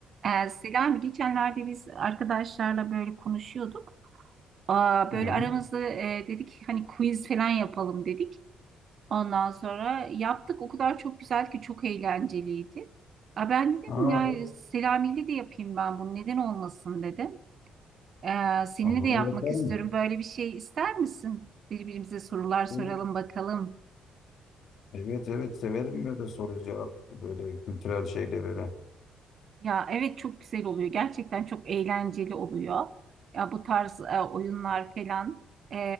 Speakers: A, on the right (about 55°); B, on the left (about 65°).
A: Ee, Selami geçenlerde biz arkadaşlarla böyle konuşuyorduk. Aa,
B: Hı.
A: böyle aramızda e, dedik hani quiz falan yapalım dedik. Ondan sonra yaptık. O kadar çok güzel ki çok eğlenceliydi. Aa, ben dedim
B: Aa,
A: ya
B: evet.
A: Selami'yle de yapayım ben bunu neden olmasın dedim. Ee, seninle
B: Vallahi
A: de yapmak
B: yaparım.
A: istiyorum. Böyle bir şey ister misin? Birbirimize sorular soralım
B: Olur.
A: bakalım.
B: Evet evet severim böyle soru cevap böyle kültürel şeyleri. Hı
A: Ya evet çok güzel oluyor. Gerçekten çok eğlenceli oluyor. Ya bu tarz e, oyunlar falan. E,